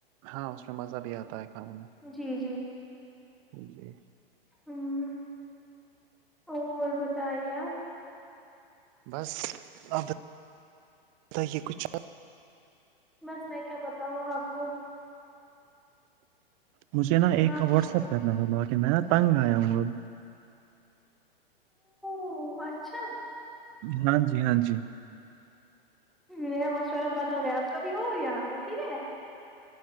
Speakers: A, on the right (about 35°); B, in the centre.
A: ہاں اس میں مزہ بھی آتا ہے کھانے میں
B: جی جی
A: جی
B: ہوں اور بتائیے آپ
A: بس آپ بتائیں کچھ
B: بس میں کیا بتاؤں آپ کو
A: مجھے نا ایک
B: آپ
A: کا واٹس
B: ہی سنا
A: ایپ کرنا تھا لا کے میں نا تنگ آیا ہوں اب
B: او اچھا
A: ہاں جی ہاں جی
B: میرا مشورہ بتا ہو گیا ہے اپ کو بھی ہو یہاں انا ٹھیک ہے